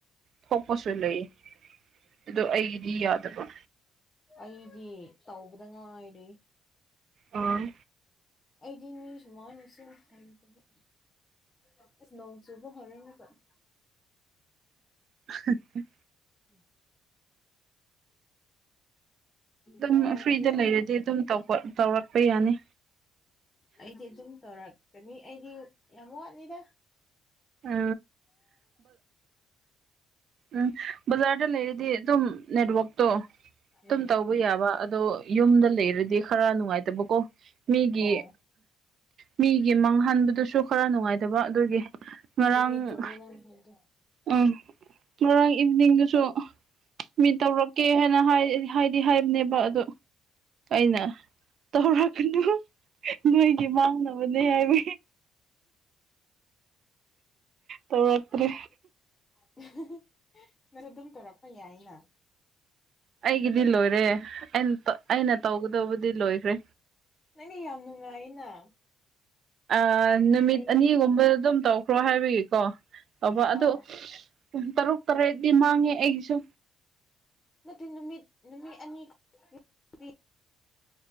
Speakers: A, on the right (about 60°); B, on the left (about 25°).
A: ꯊꯣꯛꯄꯁꯨ ꯂꯩ ꯑꯗꯨ ꯑꯩꯒꯤꯗꯤ ꯌꯥꯗꯕ꯭ꯔꯥ
B: ꯑꯩꯗꯤ ꯇꯧꯕꯗ ꯉꯥꯏꯔꯤ
A: ꯑꯣ
B: ꯑꯩꯗꯤ ꯃꯤ꯭ꯖꯃꯅꯁꯤꯡ ꯍꯥꯏ ꯇ ꯏꯁ ꯅꯣꯡꯁꯨꯨꯕꯥ ꯍꯅꯔꯅ ꯀꯜ
A: ꯑ
B: ꯎꯝ
A: ꯑꯗꯨꯝ
B: ꯇꯥꯗ꯭ꯔꯦ
A: ꯐ꯭ꯔꯤꯗ ꯂꯩꯔꯗꯤ ꯑꯗꯨꯝ ꯇꯧꯔꯛꯄ ꯌꯥꯅꯤ
B: ꯑꯩꯗꯤ ꯑꯗꯨꯝ ꯇꯧꯔꯛꯀꯅꯤ ꯑꯩꯗꯤ ꯌꯥꯝ ꯋꯥꯠꯅꯤꯗ
A: ꯑ ꯎꯝ ꯕꯖꯥꯔꯗ ꯂꯩꯔꯤꯗꯤ ꯑꯗꯨꯝ ꯅꯦꯠꯋꯥꯛꯛꯇꯣ ꯑꯗꯨꯝ
B: ꯎꯝ
A: ꯇꯧꯕ ꯌꯥꯕ ꯑꯗꯣ ꯌꯨꯝꯗ ꯂꯩꯔꯗꯤ ꯈꯔ ꯅꯨꯡꯉꯥꯏꯇꯕꯀꯣ ꯃꯤꯒꯤ
B: ꯑꯣ
A: ꯃꯤꯒꯤ ꯃꯥꯡꯍꯟꯕꯗꯨꯁꯨ ꯈꯔ ꯅꯨꯡꯉꯥꯏꯇ ꯑꯗꯨꯒꯤ ꯉꯔꯥꯡ
B: ꯑꯗꯨꯅꯤ ꯆꯨꯝꯃꯤ ꯅꯪ ꯍꯥꯏꯕꯗꯣ
A: ꯎꯝ ꯉꯔꯥꯡ ꯏꯚꯤꯅꯤꯡꯗꯨꯁꯨ ꯃꯤꯠ ꯇꯧꯔꯛꯀꯦ ꯍꯥꯏꯅ ꯍꯥꯏꯗꯤ ꯍꯥꯏꯕꯅꯦꯕ ꯑꯗ ꯑꯩꯅ ꯇꯧꯔꯛꯀꯅꯨ ꯅꯣꯏꯒꯤ ꯃꯥꯡꯅꯕꯅꯦ ꯍꯥꯏꯕꯒꯤ ꯇꯧꯔꯛꯇ꯭ꯔꯦ
B: <inaudible> <inaudible> ꯅ ꯑꯗꯨꯝ ꯇꯧꯔꯛꯄ ꯌꯥꯏꯅ
A: ꯑꯩꯒꯤꯗꯤ ꯂꯣꯏꯔꯦ ꯑꯩꯅ ꯇꯧꯒꯗꯕꯨꯗꯤ ꯂꯣꯏꯈ꯭ꯔꯦ
B: ꯅꯪꯅꯦ ꯌꯥꯝ ꯅꯨꯡꯉꯥꯏꯅ
A: ꯑ ꯅꯨꯃꯤꯠ
B: ꯑꯩꯗꯤ
A: ꯑꯅꯤꯒꯨꯝꯕ ꯑꯗꯨꯝ ꯇꯧꯈ꯭ꯔꯣ ꯍꯥꯏꯕꯒꯤꯀꯣ ꯇꯧꯕ ꯑꯗꯨ
B: ꯑꯥꯎ
A: ꯇꯔꯨꯛ ꯇꯔꯦꯠꯗꯤ ꯃꯥꯡꯉꯦ ꯑꯩꯒꯤꯁꯨ
B: ꯅꯠꯇꯦ ꯅꯨꯃꯤꯠ ꯅꯨꯃꯤꯠ ꯑꯅꯤ ꯈꯛꯇꯤ